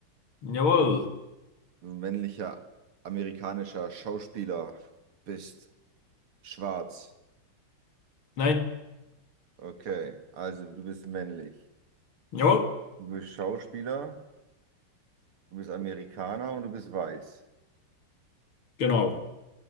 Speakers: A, on the left; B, on the right.
A: Jawohl.
B: Du männlicher amerikanischer Schauspieler, bist schwarz.
A: Nein.
B: Okay, also du bist männlich.
A: Jawohl.
B: Du bist Schauspieler, du bist Amerikaner und du bist weiß.
A: Genau.